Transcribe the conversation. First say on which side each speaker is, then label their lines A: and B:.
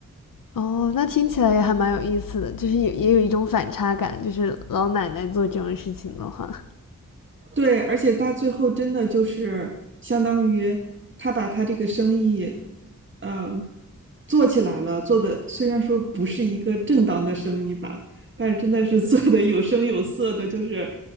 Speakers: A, on the left (about 80°); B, on the right (about 35°).
A: 哦，那听起来也还蛮有意思的，就是也也有一种反差感，就是老奶奶做这种事情的话，
B: 对，而且他最后真的就是相当于他把他这个生意，嗯、做起来了，做的虽然说不是一个正当的生意吧，但是真的是 <laughs> 做的有声有色的，就是